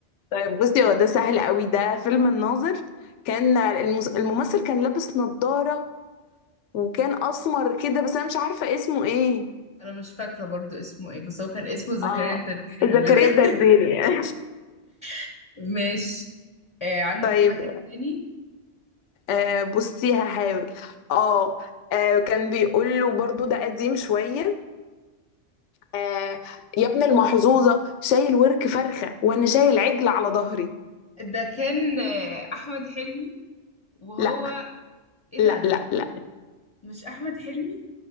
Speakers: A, on the left; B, on the left.
A: طيب بصي هو ده سهل قوي ده فيلم الناظر كان المس- الممثل كان لابس نظارة وكان أسمر كده بس أنا مش عارفة اسمه إيه
B: انا مش فاكرة برضو اسمه ايه بس هو كان اسمه زكريا
A: اه
B: الدرديري
A: زكريا
B: في البداية
A: الدرديري يعني
B: <laughs> ماشي آه عندك
A: <laughs> طيب
B: واحد تاني
A: آه بصي هحاول آه آه، كان بيقول له برضو ده قديم شوية آه يا ابن المحظوظة شايل ورك فرخة وانا شايل عجل على ظهري
B: ده كان آه احمد حلمي وهو
A: لا
B: ايه
A: لا
B: ده
A: لا لا
B: مش احمد حلمي